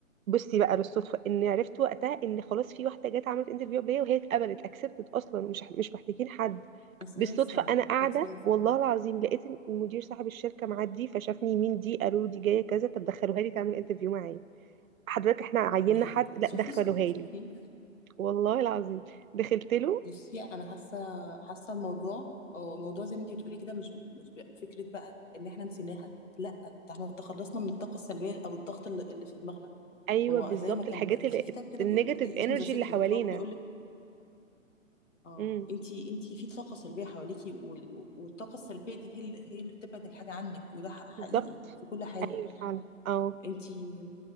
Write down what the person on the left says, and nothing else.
اساسا
اساسا
يا
شوفي
سو-
شوفي
بصي انا حاسة حاسة الموضوع اه الموضوع زي ما انت بتقولي كده مش مش بقى- فكرة بقى ان احنا نسيناها لا ده احنا تخلصنا من الطاقة السلبية او الضغط اللي اللي في دماغنا
هو
زي ما كان
في كتاب كده
بيقول لك اسمه
ذا سيكريت
هو بيقول لك اه
انتي انتي في طاقة سلبية حواليكي وال- والطاقة السلبية دي هي اللي هي اللي بتبعد الحاجة عنك وده ح- حقيقي
في كل حاجة
انتي